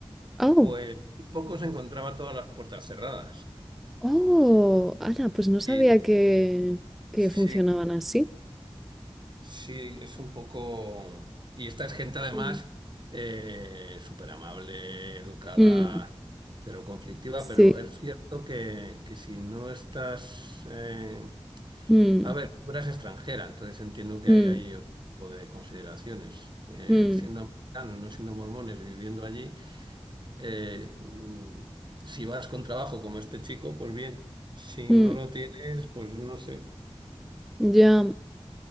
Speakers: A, in the centre; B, on the right.
A: Oh,
B: pues poco se encontraba todas las puertas cerradas.
A: oh, Ana, pues no sabía
B: Y
A: que, que
B: sí,
A: funcionaban así.
B: sí, es un poco... Y esta es gente además
A: Mm,
B: eh, súper amable, educada,
A: mm,
B: cero conflictiva,
A: sí.
B: pero es cierto que, que si no estás... eh,
A: Mm,
B: A ver, tú eras extranjera, entonces entiendo que
A: mm,
B: ahí hay otro tipo de consideraciones. Eh,
A: mm,
B: siendo americanos, no siendo mormones, viviendo allí, eh, mm, si vas con trabajo como este chico, pues bien. Si
A: mm.
B: no lo tienes, pues no sé.
A: Ya.